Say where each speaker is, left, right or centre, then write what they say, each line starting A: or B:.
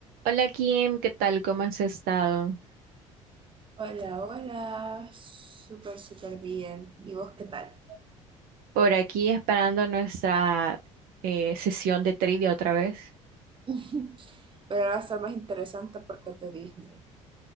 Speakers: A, on the right; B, on the right.
A: Hola Kim, ¿qué tal? ¿Cómo has estado?
B: Hola, hola, súper, súper bien. ¿Y vos qué tal?
A: Por aquí esperando nuestra eh, sesión de trivia otra vez.
B: <laughs> Pero ahora va a estar más interesante porque es de Disney,